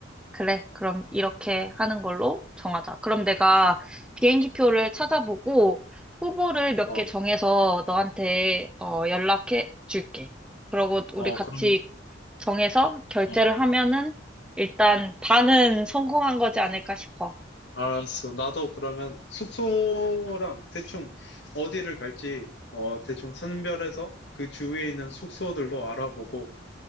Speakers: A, in the centre; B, on the left.
A: 그래, 그럼 이렇게 하는 걸로 정하자. 그럼 내가 비행기표를 찾아보고 후보를 몇
B: 어,
A: 개 정해서 너한테 어, 연락해 줄게. 그러고 우리
B: 어,
A: 같이
B: 그럼
A: 정해서 결제를
B: 어,
A: 하면은 일단 반은 성공한 거지 않을까 싶어.
B: 알았어. 나도 그러면 숙소랑 대충 어디를 갈지 어 대충 선별해서 그 주위에 있는 숙소들로 알아보고.